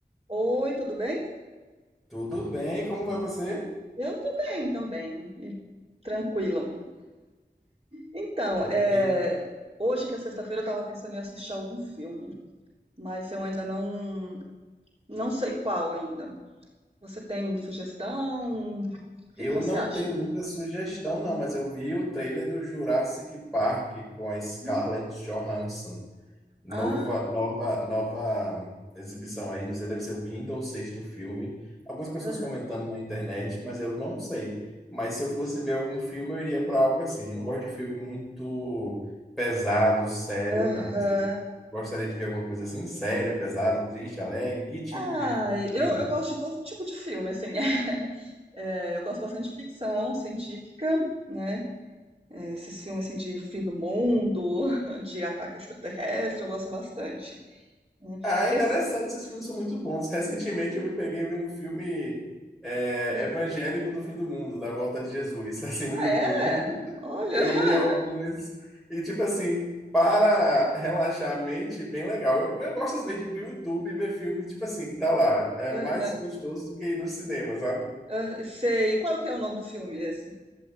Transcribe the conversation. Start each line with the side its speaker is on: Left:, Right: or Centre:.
Right: Oi, tudo bem?
Centre: Tudo bem, como vai você?
Right: Eu tô bem também, e tranquila. Então,
Centre: Ok.
Right: é, hoje que é sexta-feira eu tava pensando em assistir algum filme, mas eu ainda não não sei qual ainda. Você tem sugestão? O que
Centre: Eu
Right: que você
Centre: não
Right: acha?
Centre: tenho muita sugestão, não, mas eu vi o trailer do Jurassic Park com a Scarlett
Right: Hum,
Centre: Johansson. Nova,
Right: Ah,
Centre: nova, nova exibição aí, não sei, deve ser o quinto ou sexto filme. Algumas pessoas
Right: aham,
Centre: comentando na internet, mas eu não sei. Mas se eu fosse ver algum filme, eu iria para algo assim. Eu não gosto de filme muito pesado, sério,
Right: aham.
Centre: não. Você gostaria de ver alguma coisa assim? Sério, pesado, triste, alegre? Que tipo
Right: Ah,
Centre: de
Right: eu,
Centre: filme?
Right: eu gosto de todo tipo de filme, assim. <laughs> É, eu gosto bastante de ficção científica, né? É, esses filmes assim de fim do mundo, <laughs> de ataque extraterrestre, eu gosto bastante. né.
Centre: Ah, interessante,
Right: Esse-
Centre: esses filmes são muito bons. Recentemente eu me peguei vendo um filme é,
Right: é,
Centre: evangélico do fim do mundo, da volta de Jesus, <laughs> assim,
Right: ah,
Centre: no YouTube.
Right: é? Olha.
Centre: Eu
Right: <laughs>
Centre: vi algumas e, tipo assim, para relaxar a mente, bem legal. Eu, eu gosto, às vezes, de ir pro YouTube e ver filme, tipo assim, que tá lá. É mais
Right: Aham,
Centre: gostoso do que ir no cinema, sabe?
Right: aham, sei. Qual que é o nome do filme esse?